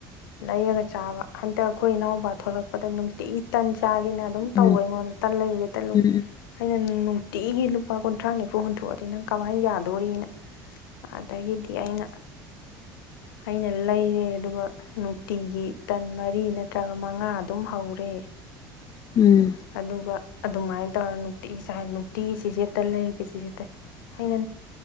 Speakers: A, on the left; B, on the left.
A: ꯂꯩꯔꯒ ꯆꯥꯕ ꯍꯟꯗꯛ ꯑꯩꯈꯣꯏ ꯏꯅꯥꯎꯄꯥ ꯊꯣꯛꯂꯛꯄ ꯄꯗ ꯅꯨꯡꯇꯤꯒꯤ ꯇꯟ ꯆꯥꯒꯦꯅ ꯑꯗꯨꯝ ꯇꯧꯕ
B: ꯎꯝ
A: ꯑꯩꯉꯣꯟꯗ ꯇꯟ ꯂꯩꯔꯨꯒꯦ ꯇꯠꯂꯨꯦ
B: ꯎꯝ ꯎꯝ
A: ꯍꯥꯏꯩꯅ ꯅꯨꯡꯇꯤꯒꯤ ꯂꯨꯄꯥ ꯀꯨꯟꯊ꯭ꯔꯥ ꯅꯤꯐꯨ ꯍꯨꯟꯗꯣꯛꯑꯗꯤ ꯅꯪ ꯀꯃꯥꯏꯅ ꯌꯥꯗꯣꯔꯤꯅ ꯑꯗꯒꯤꯗꯤ ꯑꯩꯅ ꯑꯩꯅ ꯂꯩꯔꯦ ꯑꯗꯨꯒ ꯅꯨꯡꯇꯤꯒꯤ ꯇꯟ ꯃꯔꯤ ꯅꯠꯇ꯭ꯔꯒ ꯃꯉꯥ ꯑꯗꯨꯝ ꯍꯧꯔꯦ
B: ꯎꯝ
A: ꯑꯗꯨꯒ ꯑꯗꯨꯃꯥꯏꯅ ꯇꯧꯔ ꯅꯨꯡꯇꯤꯒꯤ ꯆꯥꯏ ꯅꯨꯡꯇꯤꯒꯤ ꯆꯤꯆꯦꯠꯇ ꯂꯩꯔꯒꯦ ꯆꯤꯆꯦꯠꯇ ꯑꯩꯅ